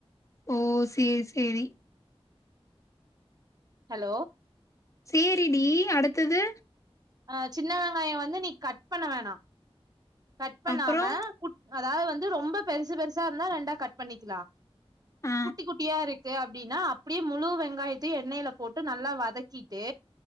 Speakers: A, on the left; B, on the right.
A: ஓ சேரி சேரி
B: ஹலோ
A: சேரிடி அடுத்தது
B: அ சின்ன வெங்காயோ வந்து நீ கட் பண்ண வேணா கட் பண்ணாம
A: அப்புறோ
B: குட் அதாவது வந்து ரொம்ப பெருசு பெருசா இருந்தா ரெண்டா கட் பண்ணிக்கலா
A: ஆ
B: குட்டி குட்டியா இருக் கு அப்டின்னா அப்டியே முழு வெங்காயத்தையு எண்ணெயில போட்டு நல்லா வதக்கிட்டு